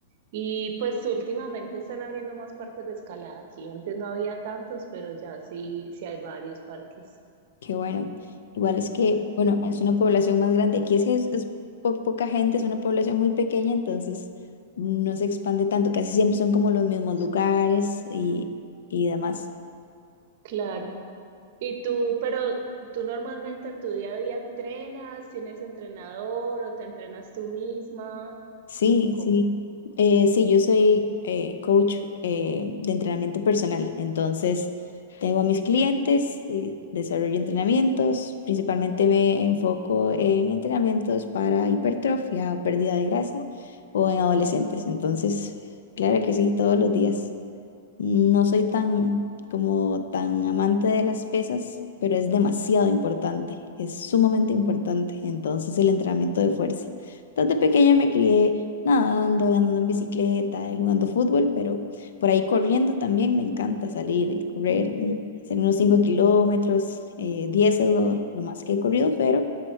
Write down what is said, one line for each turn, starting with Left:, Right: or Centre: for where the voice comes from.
Right: Y pues últimamente están abriendo más parques de escalada aquí. Antes no había tantos, pero ya sí, sí hay varios parques.
Left: qué bueno. Igual es que,
Right: Entonces,
Left: bueno, es una población más grande. Aquí es que es, es po- poca gente, es una población muy pequeña, entonces no se expande tanto. Casi siempre son como los mismos lugares y, y demás.
Right: Claro. Y tú, pero tú normalmente en tu día a día entrenas, tienes entrenador o te entrenas tú misma
Left: Sí,
Right: o cómo.
Left: sí. Eh, sí, yo soy eh, coach eh, de entrenamiento personal. Entonces, tengo a mis clientes, eh, desarrollo entrenamientos. Principalmente me enfoco en entrenamientos para hipertrofia o pérdida de grasa o en adolescentes. Entonces, claro que sí, todos los días. No soy tan como tan amante de las pesas, pero es demasiado importante, es sumamente importante. Entonces el entrenamiento de fuerza. Desde pequeña me crié nadando, andando en bicicleta, eh, jugando fútbol, pero por ahí corriendo también me encanta salir y correr, hacer unos 5 kilómetros, eh, 10 es lo,
Right: Ujú.
Left: lo más que he corrido, pero